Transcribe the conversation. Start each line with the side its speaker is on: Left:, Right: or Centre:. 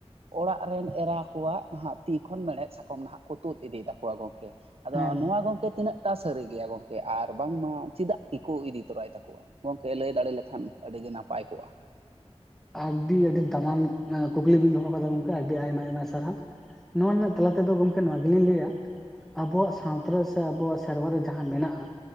Right: ᱚᱲᱟᱜ ᱨᱮᱱ ᱮᱨᱟ ᱠᱚᱣᱟᱜ ᱦᱟᱸᱜ ᱛᱤ ᱠᱷᱚᱱ ᱢᱮᱬᱦᱮᱫ ᱥᱟᱠᱚᱢ ᱱᱟᱦᱟᱜ ᱠᱚ ᱛᱩᱫ ᱤᱫᱤᱭ ᱛᱟᱠᱚᱣᱟ ᱜᱚᱝᱠᱮ᱾ ᱟᱫᱚ
Centre: ᱦᱮᱸ ᱜᱚᱢᱠᱮ
Right: ᱱᱚᱣᱟ ᱜᱚᱝᱠᱮ ᱛᱤᱱᱟᱹᱜ ᱴᱟ ᱥᱟᱹᱨᱤ ᱜᱮᱭᱟ ᱜᱚᱢᱠᱮ ᱟᱨ ᱵᱟᱝᱢᱟ ᱪᱮᱫᱟᱜ ᱜᱮᱠᱚ ᱤᱫᱤ ᱛᱚᱨᱟᱭ ᱛᱟᱠᱚᱣᱟ? ᱜᱚᱝᱠᱮ ᱞᱟᱹᱭ ᱫᱟᱲᱮ ᱞᱮᱠᱷᱟᱱ ᱟᱹᱰᱤ ᱜᱮ ᱱᱟᱯᱟᱭ ᱠᱚᱜ-ᱟ᱾
Centre: ᱟᱹᱰᱤ ᱟᱹᱰᱤ ᱫᱟᱢᱟᱱ ᱠᱩᱠᱞᱤ ᱵᱤᱱ ᱫᱚᱦᱚ ᱟᱠᱟᱫᱟ ᱜᱚᱝᱠᱮ ᱟᱹᱰᱤ ᱟᱭᱢᱟ ᱟᱭᱢᱟ ᱥᱟᱨᱦᱟᱣ᱾ ᱱᱚᱣᱟ ᱨᱮᱱᱟᱜ ᱛᱟᱞᱟ ᱛᱮᱫᱚ ᱜᱚᱢᱠᱮ ᱱᱚᱣᱟ ᱜᱮᱞᱤᱧ ᱞᱟᱹᱭᱟ ᱟᱵᱚᱣᱟᱜ ᱥᱟᱶᱛᱟ ᱨᱮ ᱥᱮ ᱟᱵᱚᱣᱟᱜ ᱥᱮᱨᱣᱟ ᱨᱮ ᱡᱟᱦᱟᱸ ᱢᱮᱱᱟᱜ-ᱟ,